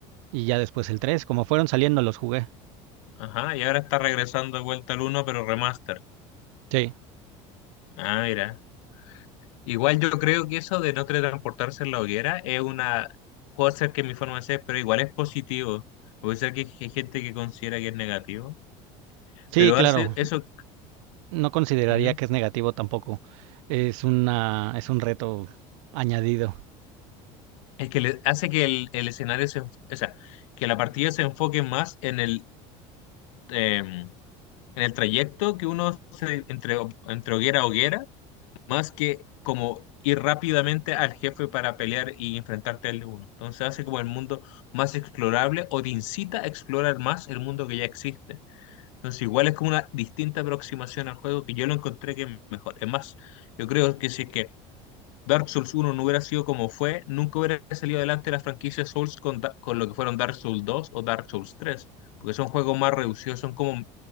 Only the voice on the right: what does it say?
y ya después el tres. Como fueron saliendo los jugué.
Sí,
sí,
claro.
No consideraría
que es negativo tampoco. Es una, es un reto añadido.